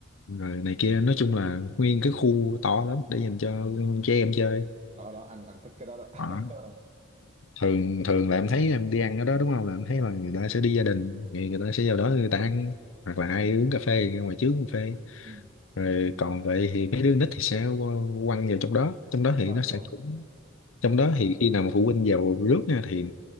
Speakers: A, on the left; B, on the right.
A: rồi này kia nói chung là nguyên cái khu to lắm để dành cho trẻ em chơi
B: đó đó anh anh thích cái đó đó
A: Đó.
B: <laughs>
A: thường thường là em thấy em đi ăn ở đó đúng không là em thấy là người ta sẽ đi gia đình thì người
B: ừ,
A: ta sẽ vào đó người ta ăn hoặc là ai uống cà phê thì ra ngoài trước uống cà phê
B: ừ.
A: rồi còn vậy thì mấy đứa nít thì sẽ quăng vào trong đó trong đó
B: đúng
A: thì
B: rồi
A: nó
B: đúng
A: sẽ
B: rồi
A: cũng trong đó thì khi nào mà phụ huynh vào rước nha thì